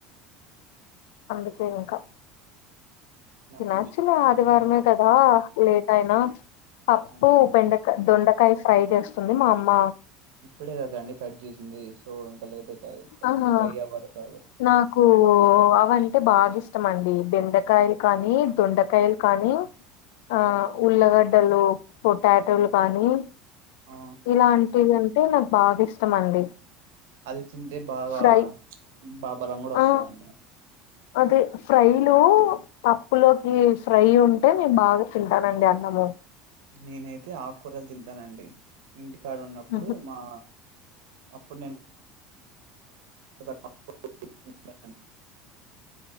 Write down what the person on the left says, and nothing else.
అందుకే ఇంకా
నిన్న యాక్చువల్లీ అది
వారమే కదా లేట్ అయినా పప్పు
బెండకాయ దొండకాయ ఫ్రై చేస్తుంది మా అమ్మ
ఆహా
నాకు అవి అంటే బాగా ఇష్టమండి బెండకాయలు కానీ దొండకాయలు కానీ ఆ
ఉల్లగడ్డలు పొటాటోలు కానీ
ఇలాంటివి అంటే నాకు బాగా ఇష్టం అండి
ఫ్రై
ఆ అదే ఫ్రైలు పప్పులోకి కి ఫ్రై ఉంటే నేను బాగా తింటానండి అన్నం అవుో
ఆహా